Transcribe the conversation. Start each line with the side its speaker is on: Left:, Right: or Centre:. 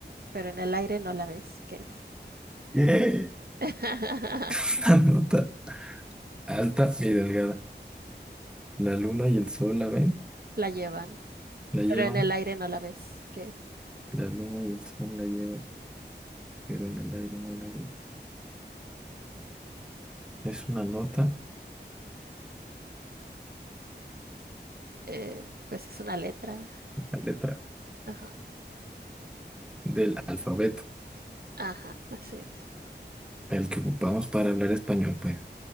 Right: pero en el aire no la ves. ¿Qué es?
Centre: Eh,
Right: <laughs>
Centre: <laughs> Una nota alta y delgada. La luna y el sol la ven,
Right: La llevan,
Centre: la llevan.
Right: pero en el aire no la ves. ¿Qué es?
Centre: La luna y el sol la llevan, pero en el aire no la ven. Es una nota,
Right: Eh, pues es una letra.
Centre: la letra
Right: Ajá,
Centre: del alfabeto.
Right: ajá, así es.
Centre: el que ocupamos para hablar español, pues.